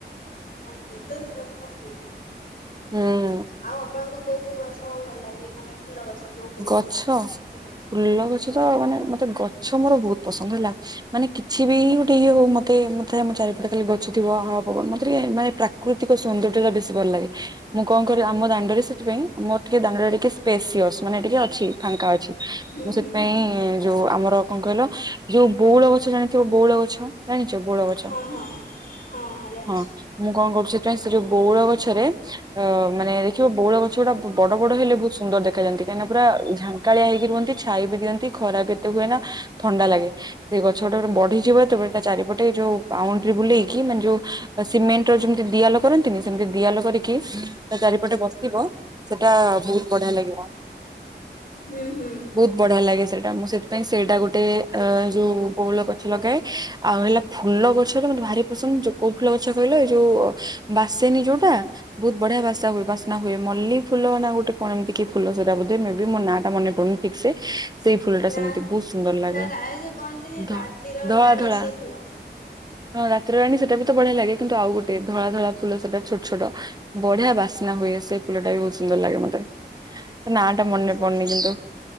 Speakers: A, on the left; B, on the right.
A: ସିଏ ତ ଉତ୍ତରଟା କାଟି ଦେଇଛି।
B: ହୁଁ
A: ଆଉ ଆପଣଙ୍କୁ କୋଉ କୋଉ ଗଛ ଭଲ ଲାଗେ। ମାନେ ଫୁଲ ଗଛ କୋଉ ଫୁଲ
B: ଗଛ
A: କେମିତି?
B: ଫୁଲ ଗଛ
A: ହୁଁ
B: ତ ମାନେ ମତେ ଗଛ ମୋର ବହୁତ ପସନ୍ଦ ହେଲା। ମାନେ କିଛି ବି ଗୋଟେ ଇଏ ହଉ ମତେ ମତେ ଆମ ଚାରିପଟେ ଖାଲି ଗଛ ଥିବ ହାୱଆ ପବନ ମତେ ଟିକେ ମାନେ ପ୍ରା ପ୍ରାକୃତିକ ସୌନ୍ଦର୍ଯ୍ୟଟା ବେଶୀ ଭଲ ଲାଗେ। ମୁଁ କଣ କରିବି ଆମ ଦାଣ୍ଡରେ ସେଥିପାଇଁ ମୋର ଟିକେ ଦାଣ୍ଡରେ ଟିକେ ସ୍ପେଶିଅସ୍। ମାନେ ଟିକେ ଅଛି ଫାଙ୍କା ଅଛି।
A: ହୁଁ
B: ମୁଁ
A: ହୁଁ
B: ସେଥିପାଇଁ
A: ହୁଁ
B: ଯୋଉ ଆମର କଣ କହିଲ ଯୋଉ ବଉଳ ଗଛ ଜାଣିଥିବ ବଉଳ ଗଛ। ଜାଣିଛ ବଉଳ ଗଛ
A: ହଁ ହଁ ହଁ ଜାଣିଛି।
B: ହଁ। ମୁଁ କଣ କରୁଛି ସେଥିପାଇଁ ସେ ଯୋଉ ବଉଳ ଗଛରେ ଅଁ ମାନେ ଦେଖିବ ବଉଳ ଗଛ ଗୁଡ଼ା ବଡ଼ ବଡ଼ ହେଲେ ବହୁତ ସୁନ୍ଦର ଦେଖାଯାଆନ୍ତି। କାହିଁକିନା ପୁରା ଝାଙ୍କାଳିଆ ହେଇକି ରୁହନ୍ତି ଛାଇ ବି ଦିଅନ୍ତି ଖରା ଏତେ ହୁଏ ନା ଥଣ୍ଡା ଲାଗେ। ସେଇ ଗଛ ଗୋଟେ ଗୋଟେ ବଢିଯିବ
A: ହୁଁ
B: ଯେତେବେଳେ ତା ଚାରିପଟେ ଯୋଉ ବାଉଣ୍ଡରୀ ବୁଲେଇକି ମାନେ ଯୋଉ ସିମେଣ୍ଟର ଯେମିତି ଦିଆଲ କରନ୍ତିନି ସେମିତି ଦିଆଲ କରିକି ତା ଚାରିପଟେ ବସିବ। ସେଟା ବହୁତ ବଢ଼ିଆ ଲାଗିବ।
A: ହୁଁ ହୁଁ।
B: ବହୁତ ବଢିଆ ଲାଗେ ସେଇଟା ମୁଁ ସେଥି ପାଇଁ ସେଇଟା ଗୋଟେ ଅ ଯୋଉ ବଉଳ ଗଛ ଲଗାଏ ଆଉ ହେଲା। ଫୁଲ ଗଛଟା ମତେ ଭାରି ପସନ୍ଦ ଯୋଉ କୋଉ ଫୁଲ ଗଛ କହିଲ ଏ ଯଉ ବାସେନୀ ଯୋଉଟା। ବହୁତ ବଢିଆ ବାସା ହୁଏ ବାସ୍ନା ହୁଏ ମଲ୍ଲି ଫୁଲ ନା ଗୋଟେ କଣ ଏମିତି କି ଫୁଲ। ସେଟା ବୋଧେ ମେ ବି ମୋ ନାଁଟା ମୋର ପଡୁନି ଠିକ ସେ। ସେଇ ଫୁଲ
A: ନା
B: ଟା ସେମିତି ବହୁତ ସୁନ୍ଦର ଲାଗେ
A: ନା ରାୟ ଯେ କହନ୍ତିନି ରାତିର
B: ଧ ଧଳା
A: ରାଣୀ
B: ଧଳା।
A: ସେଇ ଫୁଲ
B: ହଁ ରାତିରେ ରାଣୀ ସେଟ ବି ତ ବଢିଆ ଲାଗେ କିନ୍ତୁ ଆଉ ଗୋଟେ ଧଳା ଧଳା ଫୁଲ ସେଇଟା ଛୋଟ ଛୋଟ। ବଢିଆ ବାସନା ହୁଏ ସେ ଫୁଲଟା ବି ବହୁତ ସୁନ୍ଦର ଲାଗେ ମତେ। ନା ଟା ମନେ
A: ଆଚ୍ଛା ଆଚ୍ଛା।
B: ପଡୁନି କିନ୍ତୁ